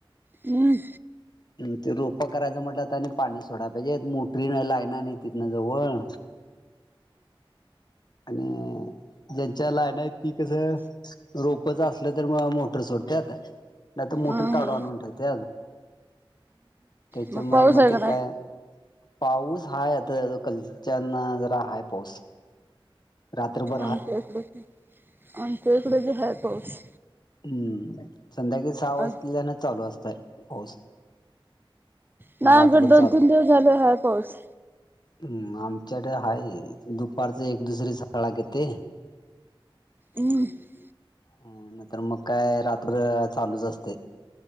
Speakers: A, on the right; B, on the left.
A: हं
B: <inaudible> ते रोपं करायचं म्हटलंत आणि पाणी सोडाय पाहिजे मोटरी लाईना नाही त ना जवळ आणि ज्यांच्या लाईन आहेत ती कसं रोपच असलं तर म मोटर सोडते आता नाही आता मोटर
A: हं,
B: काढवा
A: हं.
B: म्हठय ते त्याच्यामुळे
A: मग पाऊस
B: म
A: आहे
B: ते
A: का नाही
B: काय पाऊस आहे आता कलच्या जरा हाय पाऊस रात्रीभर
A: अमच्याकडे अमच्या इकडे भी आहे पाऊस.
B: हम्म संध्याकाळी सहा वाजलेल्यान
A: आणि-
B: चालू असतय. पाऊस
A: नाही
B: मग रातभर
A: आमच्याकडे दोन
B: चालू.
A: तीन दिवस झाले आहे पाऊस
B: हम् आमच्याकडे आहे दुपारच एक दुसरी सळा घेते.
A: इंगिंग <unintelligible>
B: हम्म नाही तर मग काय रात्र चालूच असते.